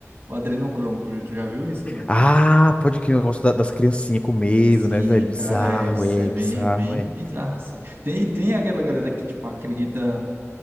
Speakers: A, on the right (about 45°); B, on the left (about 25°).
A: o adrenocromo. Tu, tu já viu isso ou não?
B: Ah, pode que eu gosto da- das criancinhas com medo,
A: Sim,
B: né, velho? Bizarro,
A: cara, é, isso
B: é,
A: é bem,
B: bizarro,
A: é bem
B: é.
A: bizarro, assim. Tem, tem aquela galera que, tipo, acredita...